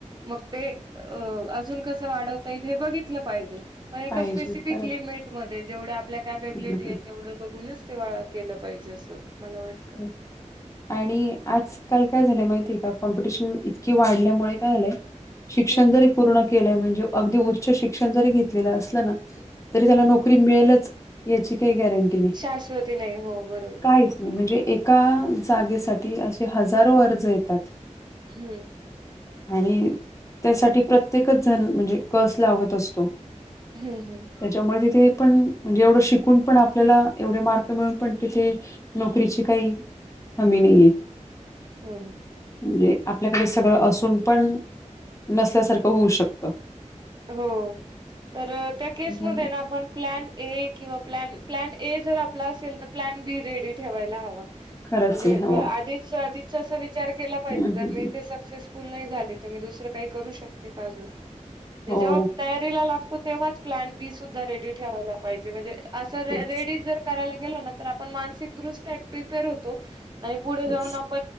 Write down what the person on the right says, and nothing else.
मग ते अ अजून कस वाढवता येईल बघ. घितलं पाहिजे मग एका
स्पेसिफिक
लिमिट मधे जेवढं आपलं कॅपॅबीलिटी
आहे तेवढं बघूनच ते वा केलं पाहिजे असं. मला वाटतं.
हम्म.
हं.
शाश्वती नाही हो बरोबर
हम्म.
हम्म हम्म.
हो
हो तर त्या केसमध्ये
ना आपण प्लॅन एक किंवा प्लॅन प्लॅन ए जर आपला असेल तर प्लॅन बी रेडी ठेवायला हवा
म्हणजे
आधीच आधीच अस विचार केला पाहिजे
जर
मी
ते सक्सेसफुल नाही झाले ी दुसर काही करू शकते का अजून
जेव्हा तयारीला लागतो तेव्हाच प्लन बी रेडी ठेवायला पाहिजे म्हणजे असं र
रेडी जर गेलो आपण मा प्रपर होतो आणि पुढेऊ
अप